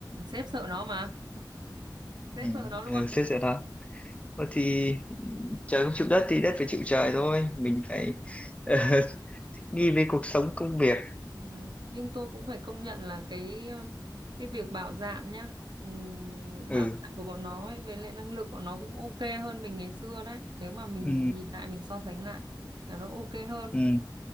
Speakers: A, on the right; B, on the left.
A: sếp sợ nó mà sếp
B: ừ,
A: sợ nó luôn
B: ừ, xếp giờ đó Ờ, thì ừ, trời không chịu đất thì đất phải chịu trời thôi mình phải ờ, <laughs> nghi về cuộc sống công việc
A: Ừ. Nhưng tôi cũng phải công nhận là cái um, cái việc bạo dạn nhá um,
B: ừ,
A: bạo dạn của bọn nó ấy, với lại năng lực của nó cũng ok hơn mình ngày xưa đấy nếu mà mình
B: ừ,
A: nhìn lại mình so sánh lại là nó ok hơn
B: ừ.